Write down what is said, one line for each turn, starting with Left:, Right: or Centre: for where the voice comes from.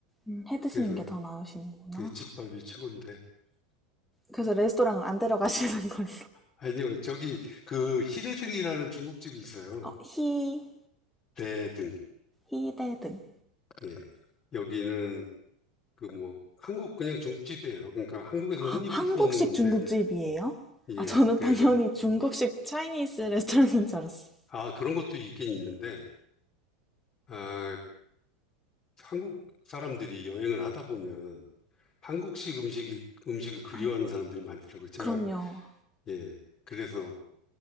Centre: 음, 해 드시는
Left: 그래서
Centre: 게 더 나으시는구나.
Left: 그 집밥이 최고인데
Centre: 그래서 레스토랑은 안 데려가시는 <laughs> 걸로.
Left: 아니요, 저기 그 히레등이라는 중국집이 있어요.
Centre: 어, 히...
Left: 대등.
Centre: 희대 등.
Left: 예. 여기는 그 뭐 한국 그냥 중국집이에요. 그러니까 한국에서
Centre: 아,
Left: 흔히
Centre: 한국식
Left: 볼 수 있는 건데
Centre: 중국집이에요?
Left: 예.
Centre: 아, 저는
Left: 그래서
Centre: 당연히 중국식 차이니스 레스토랑인 줄 알았어.
Left: 아 그런 것도 있긴 있는데 아 한국 사람들이 여행을 하다 보면 한국식 음식이 음식을 그리워하는
Centre: 아,
Left: 사람들이 많더라고요. 제가
Centre: 그럼요.
Left: 예. 그래서